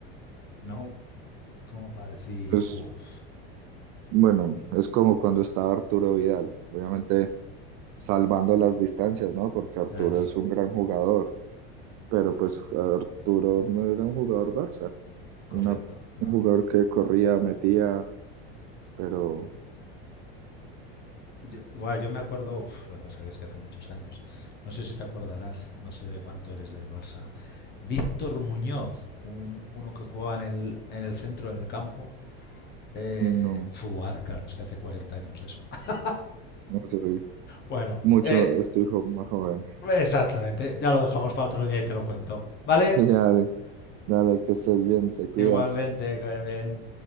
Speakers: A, on the left (about 35°); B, on the right (about 50°).
A: ¿no? Como para decir,
B: es,
A: uff,
B: bueno, es como cuando estaba Arturo Vidal, obviamente salvando las distancias, ¿no? Porque Arturo
A: eso,
B: es un gran jugador, pero pues Arturo no era un jugador Barça,
A: correcto,
B: una,
A: no.
B: un jugador que corría, metía, pero...
A: Yo, bueno, yo me acuerdo, uf, lo que pasa que es que hace muchos años, no sé si te acordarás, no sé de cuánto eres del Barça, Víctor Muñoz, un, uno que jugaba en el, en el centro del campo, eh,
B: No,
A: fu, ah, claro, es que hace 40 años de eso. <laughs>
B: no soy
A: Bueno,
B: mucho,
A: eh,
B: estoy jo- más joven. <laughs>
A: exactamente, ya lo dejamos para otro día y te lo cuento, ¿vale?
B: Sí, dale, dale, que estés bien, te cuidas.
A: Igualmente, que vaya bien.